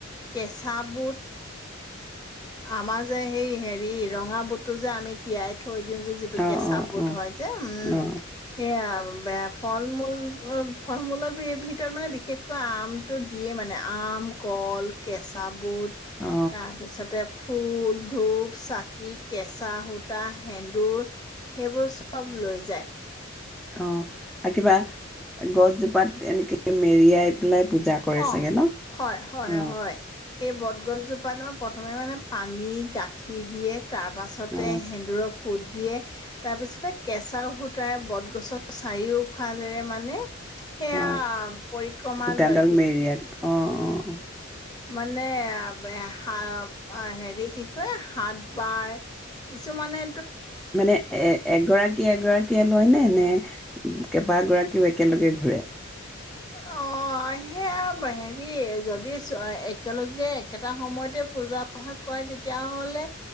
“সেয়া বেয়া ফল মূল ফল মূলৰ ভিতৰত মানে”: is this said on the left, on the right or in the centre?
Left